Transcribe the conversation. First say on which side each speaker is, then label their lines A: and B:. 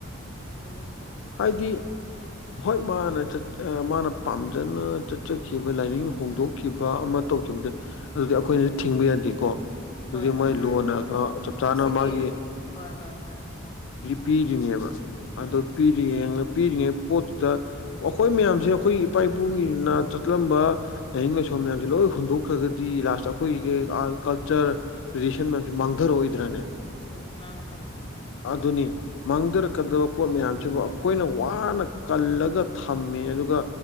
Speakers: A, on the left; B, on the left.
A: ꯊ
B: ꯍꯥꯏꯗꯤ ꯍꯣꯏ ꯃꯥꯅ ꯃꯥꯅ ꯄꯥꯝꯖꯅ ꯆꯠꯆꯈꯤꯕ ꯂꯥꯏꯅꯤꯡ ꯍꯣꯡꯗꯣꯛꯈꯤꯕ
A: ꯎꯝ
B: ꯑꯃ ꯇꯧꯈꯤꯕꯗ ꯑꯗꯨꯗꯤ ꯑꯩꯈꯣꯏꯅꯗꯤ ꯊꯤꯡꯕ ꯌꯥꯗꯦꯀꯣ ꯑꯗꯨꯗꯤ
A: ꯍꯣꯏ ꯍꯣꯏ
B: ꯃꯣꯏ
A: ꯃꯥꯅꯦ
B: ꯂꯨꯅ
A: ꯑꯥ
B: ꯀꯩꯅꯣ ꯆꯞ
A: ꯍꯣꯏ
B: ꯆꯥꯅ
A: ꯁꯦꯀꯦ
B: ꯃꯥꯒꯤ
A: ꯍꯣꯏ ꯍꯣꯏ ꯍꯣꯏ
B: ꯄꯤꯔꯤꯅꯦꯕ
A: ꯎꯝ
B: ꯑꯗꯣ ꯄꯤꯔꯤꯉ ꯄꯤꯔꯤꯉꯩ ꯄꯣꯠꯇꯨꯗ ꯑꯩꯈꯣꯏ ꯃꯌꯥꯝꯁꯦ ꯑꯩꯈꯣꯏ ꯏꯄꯥ ꯏꯄꯨꯒꯤꯅ ꯆꯠꯂꯝꯕ ꯂꯥꯏꯅꯤꯡ ꯂꯥꯏꯁꯣꯟ ꯃꯌꯥꯝꯁꯦ ꯂꯣꯏ ꯍꯨꯟꯗꯣꯛꯈ꯭ꯔꯒꯗꯤ ꯂꯥꯁꯇ ꯑꯩꯈꯣꯏꯒꯤ ꯑꯥꯔꯠ ꯀꯜꯆꯔ ꯇ꯭ꯔꯦꯗꯤꯁꯟ ꯃꯌꯥꯝꯁꯦ ꯃꯥꯡꯊꯔꯛꯑꯣꯏꯗ꯭ꯔꯥꯅꯦ
A: ꯎꯝ ꯃꯥ ꯀꯅꯤ
B: ꯑꯗꯨꯅꯤ ꯃꯥꯡꯊꯔꯛꯀꯗꯕ ꯄꯣꯠ ꯃꯌꯥꯝꯁꯤꯕꯨ ꯑꯩꯈꯣꯏꯅ ꯋꯥꯅ ꯀꯜꯂꯒ ꯊꯝꯃꯦ ꯑꯗꯨꯒ